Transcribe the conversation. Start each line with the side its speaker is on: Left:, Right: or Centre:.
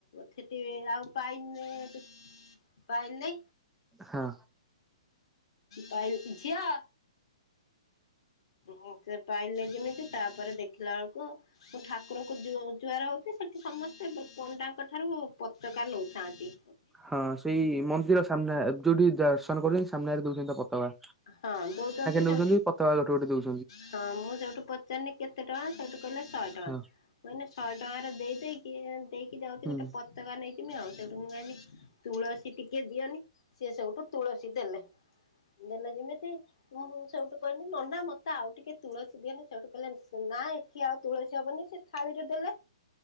Left: ଥେଠି ଆଉ ପାଇନିନେଇ ପାଇଲି।
Centre: ହଁ
Left: ପାଇଲି, ଝିଅ? ହୁଁ ସେ ପାଇଲି ଲେଇ ଯେମିତି ତାପରେ ଦେଖିଲା ବେଳକୁ ମୁଁ ଠାକୁରଙ୍କୁ ଜୁ ଜୁଆର ହଉଛି, ସେଠି ସମସ୍ତେ ପଣ୍ଡାଙ୍କ ଠାରୁ ପତକା ନେଉଥାନ୍ତି
Centre: ହଁ ସେଇ ମନ୍ଦିର ସାମ୍ନା ଯୋଉଠି ଦର୍ଶନ କରୁଛନ୍ତି, ସାମ୍ନାରେ ଦଉଛନ୍ତି ପତକା।
Left: ହଁ ଦଉଛନ୍ତି।
Centre: ଛନ୍ତି
Left: ସେଠୁ
Centre: ପତାକା ଗୋଟେ ଗୋଟେ ଦଉଛନ୍ତି।
Left: ହଁ ମୁଁ ସେଇଠୁ ପଚାରିନି କେତେ ଟଙ୍କା ସେଇଠୁ କହିଲେ, ଶହେ ଟଙ୍କା
Centre: ହଁ
Left: ମୁ କହିନି ଶହେ ଟଙ୍କାରେ ଦେଇ ଦେଇକି ଦେଇକି ଯାଉଛି
Centre: ହୁଁ
Left: ଗୋଟେ ପତାକା ନେଇଯିମି ଆଉ ସେଇଠୁ ମୁଁ କହିନି ତୁଳସୀ ଟିକେ ଦିଅନି ସିଏ, ସେଉଠୁ ତୁଳସୀ ଦେଲେ ଦେଲେ ଯେମିତି ମୁଁ ସେଇଠୁ କହିନି ନନା ମତେ ତ ଆଉ ଟିକେ ତୁଳସୀ ଦିଅନି ସେଉଠୁ କହିଲେ ନା ଏଠି ଆଉ ତୁଳସୀ ହବନି ସେ ଥାଳିରେ ଦେଲେ